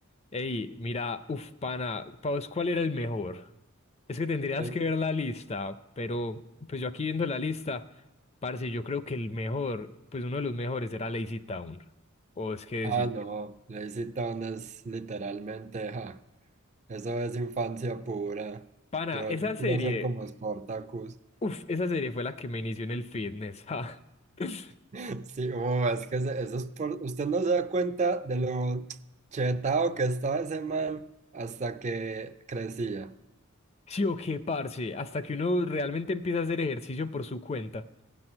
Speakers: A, on the left (about 30°); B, on the right (about 35°).
A: Ey, mira, uf, pana, ¿para vos cuál era el mejor? Es que tendrías
B: Sí.
A: que ver la lista, pero pues yo aquí viendo la lista, parce, yo creo que el mejor, pues uno de los mejores era Lazy Town. O es que
B: ah,
A: decir,
B: no, le hiciste unas literalmente, ja. Eso es infancia pura.
A: pana,
B: Yo,
A: esa
B: yo
A: serie,
B: quiero ser como Spartacus.
A: uf, esa serie fue la que me inició en el fitness, ja. <laughs>
B: <laughs> Sí, uh, es que ese- eso es por... Usted no se da cuenta de lo chetado que estaba ese man hasta que crecía.
A: Sí o qué, parce, hasta que uno realmente empieza a hacer ejercicio por su cuenta.